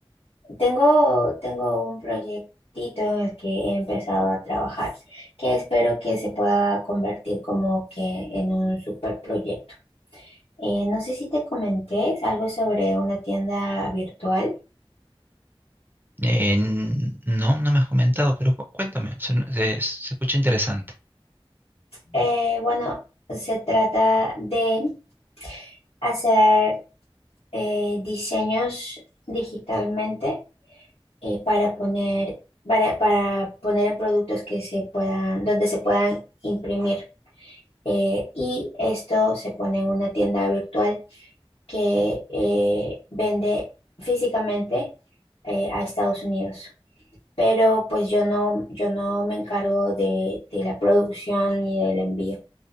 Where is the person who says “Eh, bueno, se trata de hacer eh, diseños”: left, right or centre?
Left